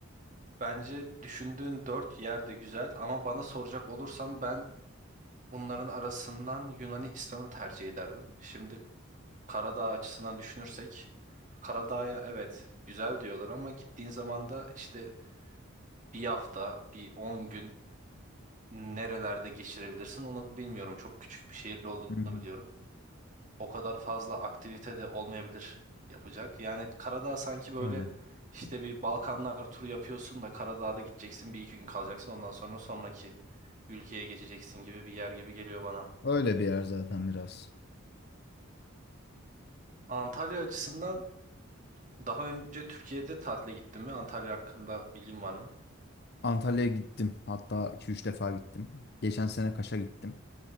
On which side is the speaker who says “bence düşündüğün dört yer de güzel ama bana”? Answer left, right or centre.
Right